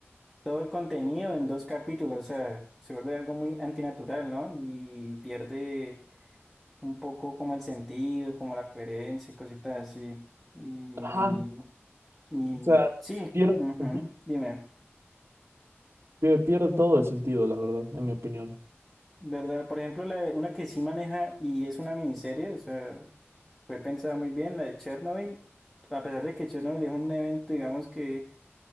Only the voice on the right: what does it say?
Ajá,
o sea,
pierde
sentido.
Pie- Pierde todo el sentido, la verdad, en mi opinión.